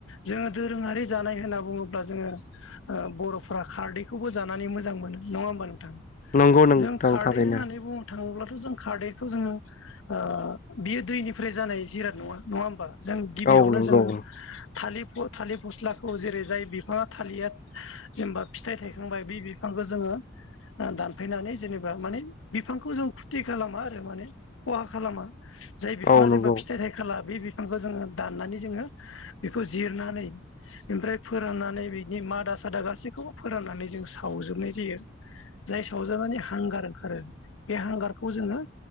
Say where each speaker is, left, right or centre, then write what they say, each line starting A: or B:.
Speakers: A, on the left (about 85°); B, on the left (about 40°).
A: जोङो दोरोङारि जानाय होनना बुङोब्ला जोङो ओ बर'फोरा खारदैखौबो जानानै मोजां मोनो नङा होमबा नो थां
B: नंगौ नोंथां
A: जों खारदै
B: थारैनो
A: होननानै बुंनो थाङोब्लाथ' जों खारदैखौ जोङो। ओ बियो दैनिफ्राय जानाय जिराद नङा नङा होमबा? जों गिबियावनो
B: औ नंगौ
A: जोङो थालिब फ थालिब फस्लाखौ जेरै जाय बिफा थालिया जेनबा फिथाइ थायखांबाय बि बि खौ जोङो ओ दानफायनानै जेनेबा माने बिफांखौ जों खुरथि खालामा आरो माने खहा खालामा जाय बिफाङा
B: औ नंगौ
A: जेबा फिथाइ थाइखाला बे बि खौ जोङो दन्नानै जोङो बेखौ जिरनानै ओमफ्राय फोराननानै बिनि मादा सादा गासैखौबो फोराननानै जों सावजोबनाय जायो। जाय साव जानानै हांगार ओंखारो बे हांगारखौ जोङो